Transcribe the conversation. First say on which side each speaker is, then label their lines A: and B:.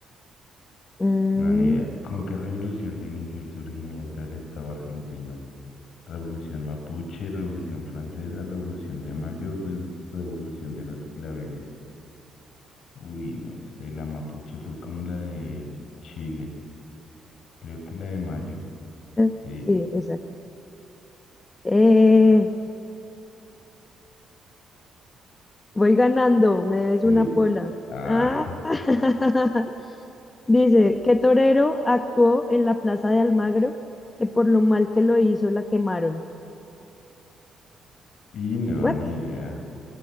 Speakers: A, on the left; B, on the left.
A: Mm,
B: No, ni idea. ¿Con qué revolución se inició el surgimiento del Estado argentino? Revolución mapuche, revolución francesa, revolución de mayo, Reus- revolución de los claveles. Uy, no sé, la mapuche fue como la de Chile, creo que la de mayo.
A: eh,
B: Sí,
A: sí, exacto. Eh, voy ganando, me debes
B: sí.
A: una pola.
B: Ah,
A: Ah, <laughs> Dice, ¿qué torero actuó en la plaza de Almagro que por lo mal que lo hizo la quemaron?
B: <laughs> y no,
A: ¿What?
B: ni idea.